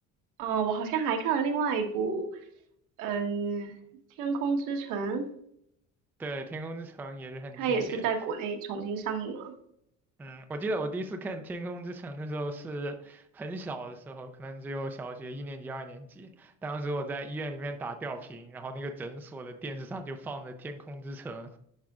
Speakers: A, on the right; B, in the centre.
A: 啊，我好像还看了另外一部，嗯，《天空之城》。
B: 对，《天空之城》也是很经典。
A: 他也是在国内重新上映了，
B: 嗯，我记得我第一次看《天空之城》的时候是很小的时候，可能只有小学一年级、二年级。当时我在医院里面打吊瓶，然后那个诊所的电视上就放着《天空之城》。